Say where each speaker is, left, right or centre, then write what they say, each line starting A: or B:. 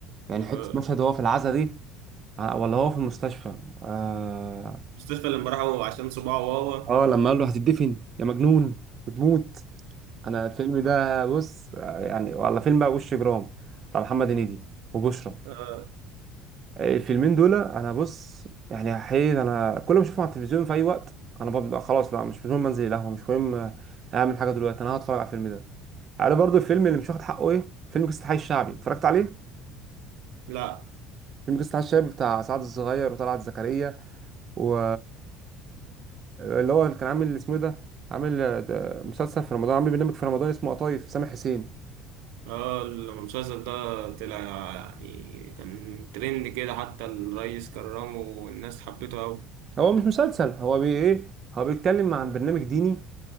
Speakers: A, on the right; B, on the right.
A: يعني
B: آه،
A: حته مشهد وهو في العزا دي آه، ولا هو في المستشفى اه
B: مصطفى لما راحوا عشان صباعه وهو
A: آه، لما قال له هتدفن يا مجنون بتموت انا الفيلم ده بص آه، يعني والله فيلم بقى وش جرام بتاع محمد هنيدي وبشرى
B: آه،
A: الفيلمين دول انا بص يعني حقيقي انا كل ما اشوفهم على التلفزيون في اي وقت انا ببقى خلاص لا مش مهم انزل القهوه مش مهم آه، اعمل حاجه دلوقتي انا هتفرج على الفيلم ده عارف برضو الفيلم اللي مش واخد حقه ايه فيلم قصه الحي الشعبي اتفرجت عليه
B: لا
A: فيلم قصه الحي الشعبي بتاع سعد الصغير وطلعت زكريا و اللي هو اللي كان عامل اسمه إيه ده عامل آه، ده مسلسل في رمضان عامل برنامج في رمضان اسمه قطايف سامح حسين
B: اه المسلسل ده طلع يعني كان ترند كده حتى الريس كرمه والناس حبته أوي
A: هو مش مسلسل هو بي ايه هو بيتكلم عن برنامج ديني